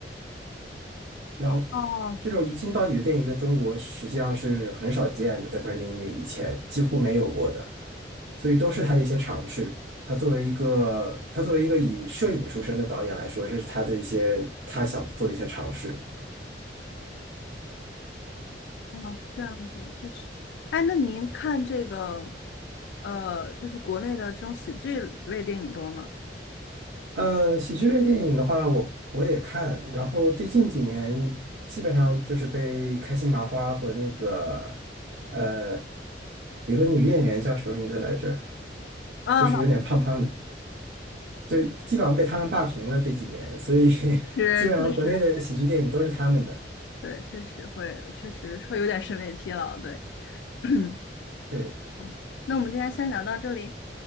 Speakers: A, on the right (about 65°); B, on the left (about 75°).
A: 然后
B: 哦，
A: 这种一镜到底的电影在中国实际上是很少见的，在国产电影里以前几乎没有过的。所以都是他的一些尝试。他作为一个他作为一个以摄影出身的导演来说，这是他的一些他想做的一些尝试。
B: 哦，是这样子，确实。哎，那您看这个，呃，就是国内的这种喜剧类电影多吗？
A: 呃，喜剧类电影的话，我我也看，然后最近几年基本上就是被开心麻花和那个呃有个女演员叫什么名字来着，
B: 啊，
A: 就是有点胖胖的，
B: 老
A: 就基本上被他们霸屏了这几年，所以 <laughs>
B: 师，
A: 基本上国内的喜剧电影都是他们的。
B: 确实，对，确实会，确实会有点审美疲劳，对。<coughs> <clears throat>
A: 是，
B: 那我们今天先聊到这里，